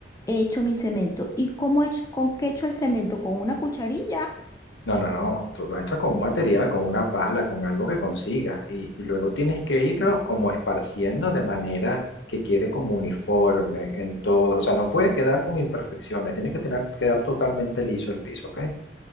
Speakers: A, on the left (about 20°); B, on the left (about 85°).
A: He hecho mi cemento. ¿Y cómo he hecho, con qué he hecho el cemento? Con una cucharilla.
B: No, no, no, tú lo echas con un material, con una pala, con algo que consigas y, y luego tienes que irlo como esparciendo de manera que quede como uniforme en todo, o sea, no puede quedar con imperfecciones, tiene que tener, quedar totalmente liso el piso, ¿ok?